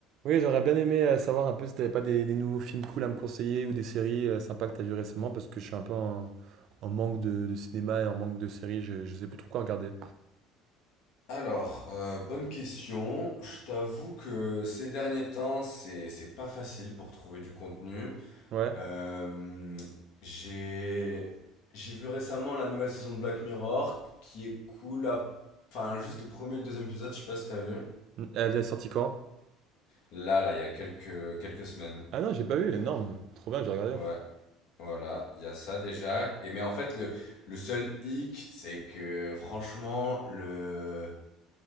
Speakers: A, on the right; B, on the left.
A: Oui, j'aurais bien aimé euh, savoir un peu si t'avais pas des, des nouveaux films cool à me conseiller ou des séries euh, sympas que t'as vu récemment parce que je suis un peu en, en manque de, de cinéma et en manque de séries, je, je sais plus trop quoi regarder.
B: Alors, euh, bonne question. Je t'avoue que ces derniers temps, c'est c'est pas facile pour trouver du contenu.
A: Ouais.
B: Euh, j'ai j'ai vu récemment la nouvelle saison de Black Mirror qui est cool à- Enfin, juste le premier et le deuxième épisode, je sais pas si t'as vu.
A: Mm, Elle est sortie quand?
B: Là, là, il y a quelques quelques semaines.
A: Ah non, j'ai pas vu, énorme. Trop bien, j'ai regardé.
B: Ouais, voilà, il y a ça déjà. Et mais en fait, le, le seul hic, c'est que franchement, le,